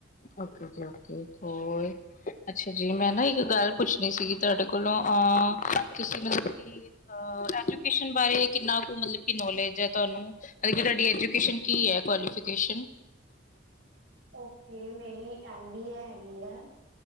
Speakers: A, on the left (about 45°); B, on the right (about 70°).
A: ਓਕੇ ਜੀ ਓਕੇ, ਹੋਰ? ਅੱਛਾ ਜੀ, ਮੈਂ ਨਾ ਇੱਕ ਗੱਲ ਪੁੱਛਣੀ ਸੀਗੀ ਤੁਆਡੇ ਕੋਲੋਂ ਅ ਤੁਸੀਂ ਮਤਲਬ ਕਿ ਅ ਐਜੂਕੇਸ਼ਨ ਬਾਰੇ ਕਿੰਨਾ ਕੁ ਮਤਲਬ ਕੀ ਨੋਲੇਜ ਐ ਤੁਆਨੂੰ? ਅਛਾ ਤੁਆਡੀ ਐਜੂਕੇਸ਼ਨ ਕੀ ਐ, ਕੁਆਲੀਫਿਕੇਸ਼ਨ?
B: ਓਕੇ ਮੇਰੀ ਐਮ- ਬੀ-ਏ ਹੈਗੀ ਐ।